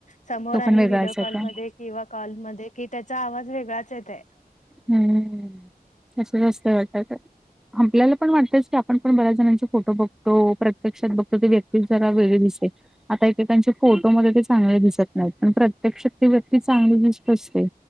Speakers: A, on the left (about 50°); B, in the centre.
A: समोर
B: तो
A: आणि
B: पण वेगळाच
A: व्हिडिओ कॉलमध्ये
B: होता
A: किंवा कॉलमध्ये कि त्याचा आवाज वेगळाच येते.
B: हम्म अससंस्त वाटत. आपल्याला पण वाटतय की आपण पण बऱ्याच जणांचे फोटो बघतो प्रत्यक्षात बघतो ते व्यक्ती जरा वेळ दिसे. आता एके त्यांचे फोटोमध्ये ते चांगले दिसत नाहीत. पण प्रत्यक्षात ती व्यक्ती चांगली दिसत असते.